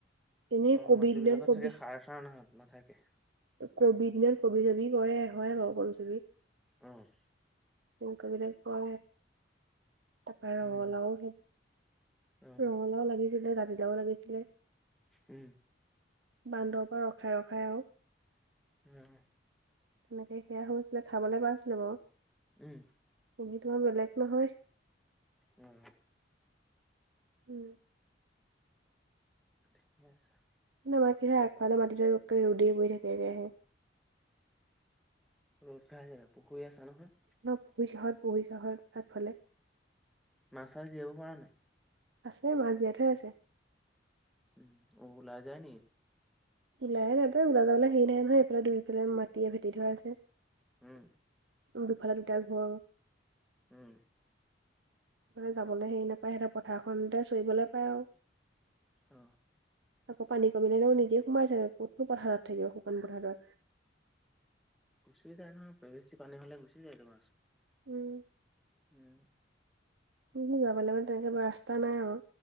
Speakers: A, on the right; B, in the centre.
A: এনেই
B: অ
A: কবি
B: মাটি
A: দিনত
B: বিলাকত
A: কবি
B: চাগে সাৰ চাৰ নাহাত নাথাকে
A: কবি দিনত কবি ছবি কৰে হয় বাৰু কবি ছবি
B: অঁ
A: তেংক বিিলাক প তাৰাপৰা
B: উম,
A: ৰঙালাও খেই
B: উম,
A: ল লাও লাগিছিলে জতিলাও লাগিছিলে
B: উম
A: বান্দৰ পৰা ৰখাই ৰখাই আহক
B: উম
A: তেনেকে সেয়া হৈছিলে খাবলৈ পোৱা আছিলে বাৰু
B: উম
A: এনেইিতোাৰ বেলেগ নহয়
B: উম
A: উওম
B: ঠিক আছে
A: মানে আমাৰ কি হয় আগফালে মাটি ৰুদ বৈ থাকেে আহে
B: ৰ'দ ঘা যাবা পুখুৰী আছ নহয়
A: ন পুহী চাহত পুহী চাহৰ তাতফালে
B: মাছ চাছ জীয়াব পৰা নাই
A: আছে মা জীয়াই থৈ আছে
B: উম ওলাই যায় নি
A: নলাহে তা ওলা যাবওলে হেৰি নাই নহয় এইফালে দুইফাল মাটিয়ে ফেটি ধৰা আছে
B: উম
A: দুফালে দুটা ঘৰ
B: উম
A: মানে যাবলৈ হেৰি নাপায় সিহঁতে পথাৰখনতে চৰিবলৈ পায় আৰু
B: অ
A: আকৌ পান কমিলেও নিদে সোমাইাগে কত পথাৰত থাকিব শুকান পথাৰত
B: গুচি যায় নয় বেছি পানী হলে গুচি যায় তোমাৰছ
A: উম
B: উম
A: মোৰ যাবলৈ মানে তেনেকে ৰাস্তা নাই আৰু